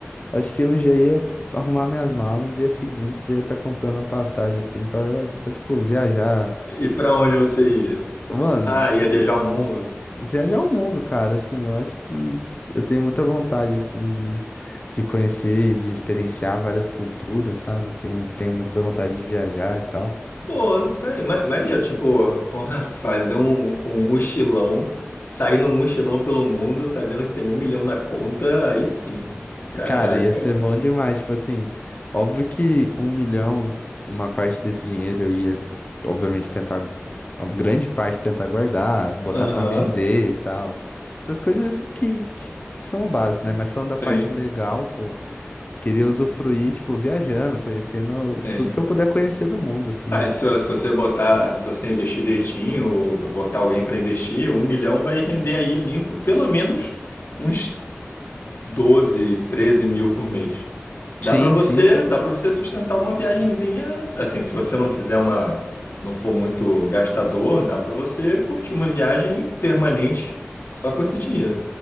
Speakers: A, on the left; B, on the left.
A: acho que eu já ia arrumar minhas malas no dia seguinte, já ia estar comprando a passagem, assim, pra, pra, tipo, viajar.
B: E pra onde você ia?
A: Mano,
B: Ah, ia
A: sei
B: viajar
A: lá,
B: o mundo?
A: viajar o mundo, cara, assim, eu acho que eu tenho muita vontade, assim, de, de conhecer, de experienciar várias culturas, sabe? Tenho, tenho muita vontade de viajar e tal.
B: Pô, tá aí, ma- maneiro, tipo, porra, fazer um, um mochilão, sair num mochilão pelo mundo sabendo que tem um milhão na conta, aí sim. Caraca.
A: Cara, ia ser bom demais, tipo assim, óbvio que um milhão, uma parte desse dinheiro eu ia, obviamente, tentar, a grande parte tentar guardar, botar
B: Aham,
A: pra render e tal. Essas coisas que, que, que são básicas, né? Mas falando
B: sim,
A: da parte legal, pô. Queria usufruir, tipo, viajando, conhecendo
B: sim.
A: tudo que eu puder conhecer do mundo, assim.
B: Ah, se, se você botar, se você investir direitinho, ou botar alguém pra investir, um milhão vai render aí limpo pelo menos uns 12, 13 mil por mês. Dá
A: Sim,
B: pra você,
A: sim.
B: dá para você sustentar uma viagenzinha, assim, se você não fizer uma, não for muito gastador, dá pra você curtir uma viagem permanente só com esse dinheiro.